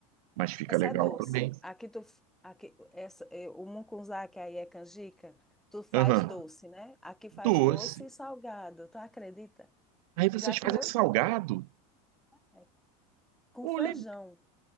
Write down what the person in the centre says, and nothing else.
Essa
é doce.
Aqui tu aqui essa é, o mucunzá que aí é canjica, tu faz
doce, né? Aqui faz
doce e salgado, tu acredita?
Já comeu?
É, com
feijão.